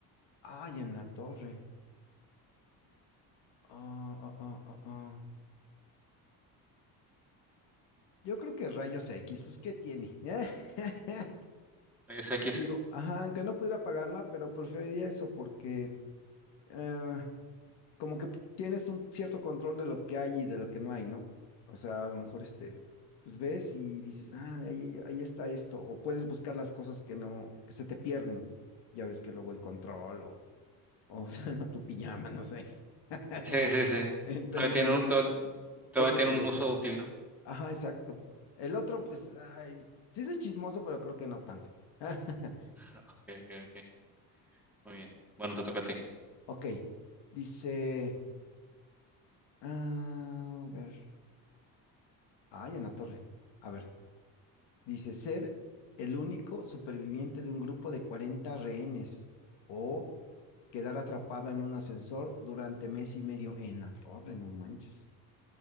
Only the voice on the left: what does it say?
Ay, en la torre. Ah, ah, ah, ah, ah. Yo creo que rayos X, pues, ¿qué tiene? <laughs>
Digo, ajá, aunque no pudiera pagarla, pero preferiría eso porque eh, como que tienes un cierto control de lo que hay y de lo que no hay, ¿no? O sea, a lo mejor este, pues ves y dices, ah, ahí, ahí está esto, o puedes buscar las cosas que no, que se te pierden. Ya ves que luego el control o, o <laughs> sea, tu pijama, no sé. <laughs>
Entonces
yo,
yo preferiría
eso.
Ajá, exacto. El otro, pues, ay, sí soy chismoso, pero creo que no tanto. <laughs>
Ok, dice, ah, a ver, ay, en la torre. A ver, dice ser el único superviviente de un grupo de 40 rehenes o quedar atrapado en un ascensor durante mes y medio en la torre, no manches.